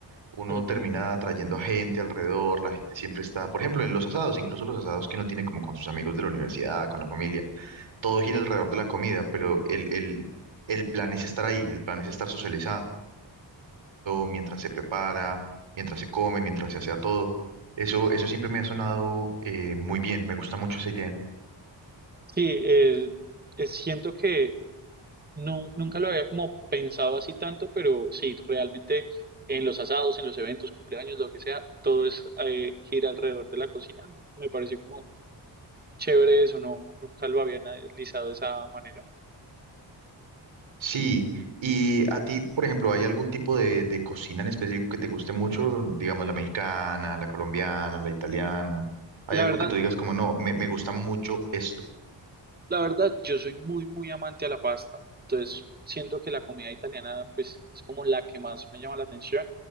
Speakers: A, on the right; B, on the right.
A: uno
B: Ujú.
A: termina atrayendo a gente alrededor, la gente siempre está, por ejemplo, en los asados, incluso los asados que uno tiene como con sus amigos de la universidad, con la familia, todo gira alrededor de la comida, pero el, el, el plan es estar ahí, el plan es estar socializando mientras se prepara, mientras se come, mientras se hace a todo. Eso, eso siempre me ha sonado eh, muy bien, me gusta mucho esa idea.
B: Sí, eh, eh, siento que No, nunca lo había como pensado así tanto, pero sí, realmente en los asados, en los eventos, cumpleaños, lo que sea, todo es eh, gira alrededor de la cocina. Me pareció como chévere eso, no, nunca lo había analizado de esa manera.
A: Sí, y a ti, por ejemplo, ¿hay algún tipo de, de cocina en específico que te guste mucho? Digamos, la mexicana, la colombiana, la italiana. ¿Hay
B: La
A: algo
B: verdad,
A: que tú digas como, no, me, me gusta mucho esto?
B: La verdad, yo soy muy, muy amante a la pasta. Entonces, siento que la comida italiana, pues, es como la que más me llama la atención,